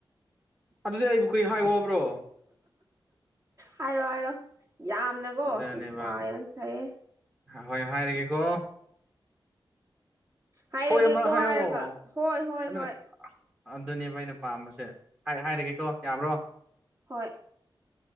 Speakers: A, on the right; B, on the right.
A: ꯑꯗꯨꯗꯤ ꯑꯩꯕꯨ ꯀꯨꯏ ꯍꯥꯏꯋꯕ꯭ꯔꯣ
B: ꯍꯥꯏꯔꯣ ꯍꯥꯏꯔꯣ ꯌꯥꯝꯅꯀꯣ
A: ꯑꯗꯨꯅꯦꯕ
B: ꯏꯄꯥ ꯌꯥꯝ ꯁꯥꯏꯑꯦ
A: ꯍꯣꯏ ꯍꯥꯏꯔꯒꯦꯀꯣ
B: ꯍꯥꯏꯔꯒꯦ
A: ꯍꯣꯏ ꯑꯃꯔꯛ
B: ꯀꯣ
A: ꯍꯥꯏꯌꯣ
B: ꯍꯥꯏꯔꯒ ꯍꯣꯏ ꯍꯣꯏ
A: ꯑꯗꯨꯅ
B: ꯍꯣꯏ
A: ꯑꯗꯨꯅꯦꯕ ꯑꯩꯅ ꯄꯥꯝꯕꯁꯦ ꯍꯥꯏꯔꯒꯦꯀꯣ ꯌꯥꯕ꯭ꯔꯣ
B: ꯍꯣꯏ